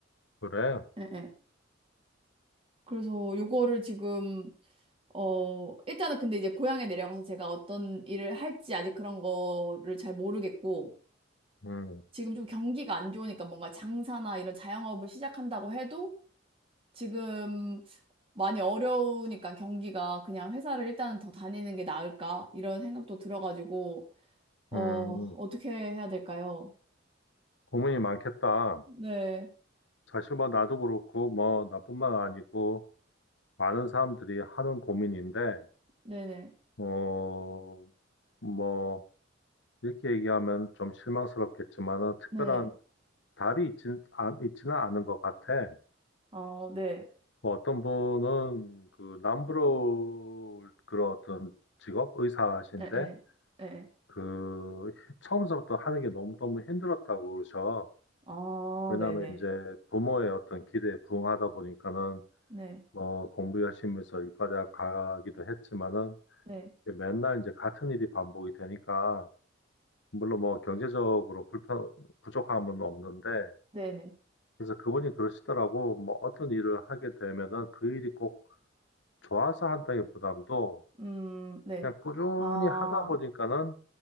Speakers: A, on the left (about 65°); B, on the right (about 30°).
A: 그래.
B: 예, 예. 그래서 요거를 지금 어, 일단은 근데 이제 고향에 내려가서 제가 어떤 일을 할지 아직 그런 거를 잘 모르겠고,
A: 음,
B: 지금 좀 경기가 안 좋으니까 뭔가 장사나 이런 자영업을 시작한다고 해도 지금 많이 어려우니까 경기가 그냥 회사를 일단은 더 다니는 게 나을까? 이런 생각도 들어가지고, 어,
A: 음.
B: 어떻게 해야 될까요?
A: 고민이 많겠다.
B: 네,
A: 사실 뭐 나도 그렇고, 뭐 나뿐만 아니고, 많은 사람들이 하는 고민인데,
B: 네네,
A: 어, 뭐, 이렇게 얘기하면 좀 실망스럽겠지만은, 특별한
B: 네.
A: 답이 있진, 아, 있지는 않은 것 같아.
B: 어, 네,
A: 뭐 어떤 분은 그 남부러울 그런 어떤 직업 의사신데
B: 에, 에, 에, 에.
A: 그 처음서부터 하는 게 너무너무 힘들었다고 그러셔.
B: 어,
A: 왜냐면
B: 네네,
A: 이제 부모의 어떤 기대에 부응하다 보니까는
B: 네,
A: 뭐 공부 열심히 해서 이과대학 가기도 했지만은
B: 네,
A: 맨날 이제 같은 일이 반복이 되니까 물론 뭐 경제적으로 불편 부족함은 없는데
B: 네네.
A: 그래서 그분이 그러시더라고 뭐 어떤 일을 하게 되면은 그 일이 꼭 좋아서 한다기보담도
B: 음, 네.
A: 그냥 꾸준히
B: 아,
A: 하다 보니까는